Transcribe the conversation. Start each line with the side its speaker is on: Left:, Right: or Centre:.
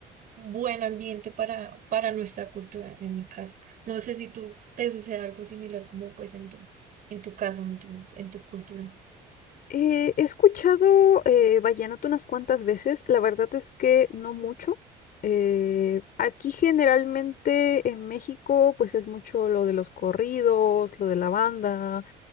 Right: buen ambiente para, para nuestra cultura en mi caso No sé si tú te sucede algo similar como pues en tu, en tu caso, en tu, en tu cultura.
Left: Eh, he escuchado eh, vallenato unas cuantas veces, la verdad es que no mucho. Eh, aquí generalmente en México pues es mucho lo de los corridos, lo de la banda.